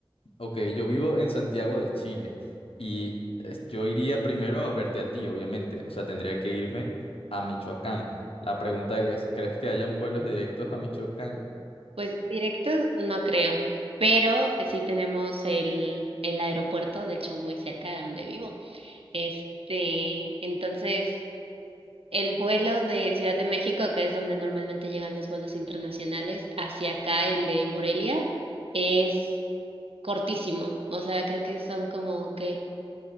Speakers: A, on the left; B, on the right.
A: Ok, yo vivo en Santiago de Chile y es- yo iría primero a verte a ti, obviamente. O sea, tendría que irme a Michoacán. La pregunta es, ¿crees que hayan vuelos directos a Michoacán?
B: Pues directos no creo, pero sí tenemos el, el aeropuerto, de hecho muy cerca de donde vivo. Este, entonces, el vuelo de Ciudad de México, que es donde normalmente llegan los vuelos internacionales, hacia acá, el de Morelia, es cortísimo. O sea, creo que son como que